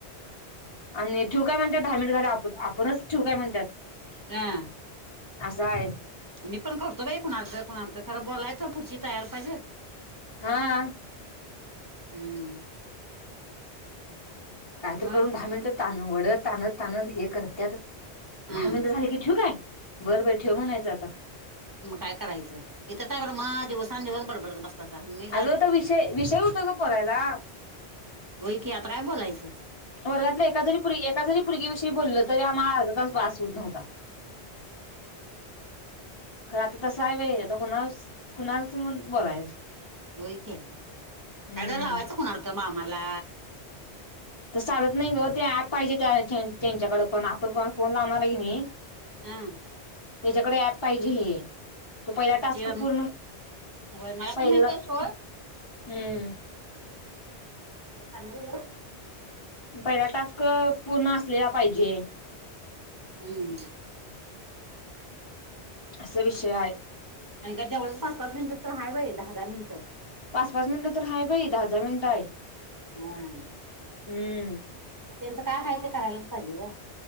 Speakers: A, on the left; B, on the right.
A: आणि ठेवू काय म्हणत्यात दहा मिनट झाल्यावर आप आपणच ठीवू काय म्हणत्यात.
B: यां
A: असं आहे
B: मी पण करतो बाई कुणाला तर, कुणाला तर, खरं बोलाय त पुढची तयार पाहिजेत.
A: हा
B: हम्म
A: काय तर
B: मग
A: करून दहा मिनिटं ताण वडत ताणत ताणत हे करत्यात.
B: हम्म
A: दहा मिनटं झाली की ठेवू काय? बरं बाय ठेव म्हणायचं आता
B: मग काय करायचं. इथं काय बर मा दिवसान दिवस बडबडत बसतासा मी का
A: अग, तो विषय विषय होता ग बोलायला.
B: व्हय की, आता काय बोलायचं?
A: वर्गातल्या एका जरी पोरी, एका जरी पोरगी विषयी बोललं, तरी आम्हा आर्ध तास बास होत नव्हता. खरं आता तसं हाय व्हय, आता कोणास कुणा सोमत बोलायचं.
B: होय क्या,
A: हम्म.
B: अग लावायचं कुणाल तर मामाला
A: तस चालत नाय ग, ते ऍप पाहिजे त्या त्यांच्याकड पण, आपण कोणाला फोन लावणार हाय की नी
B: हा
A: त्येज्याकडे ऍप पाहिजे हे तो पहिला टास्क
B: जे
A: पूर्ण,
B: होय मला
A: पहिल
B: पण माहित
A: हम्म
B: आहे सोड ज पाणी दे ग
A: पहिला टास्क पूर्ण असलेला पाहिजे.
B: हम्म.
A: अस विषय हाय.
B: आणि काय तेवढच पाच -पाच मिनिट तर हाय बय, दहा -दहा मिनिटं
A: पाच- पाच मिनिट तर हाय बई, दहा दहा मिनिटं हाय.
B: आं
A: हम्म
B: त्यांचं काय हाय ते करायलाच पाहिजे ग.